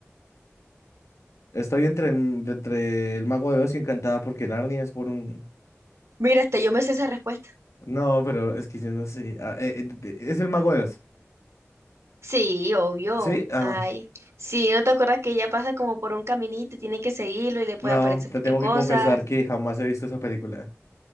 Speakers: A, on the left (about 80°); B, on the right (about 70°).
A: Estoy entre, el- de- entre el Mago de Oz y Encantada porque Narnia es por un...
B: Mira, hasta yo me sé esa respuesta.
A: No, pero es que yo no sé. Ah, eh, eh, de- es el Mago de Oz.
B: Sí, obvio.
A: ¿Sí? Ah,
B: Ay, sí, ¿no te acuerdas que ella pasa como por un caminito y tiene que seguirlo y le puede
A: no,
B: aparecer un
A: te
B: poquito
A: tengo
B: de cosas?
A: que confesar que jamás he visto esa película.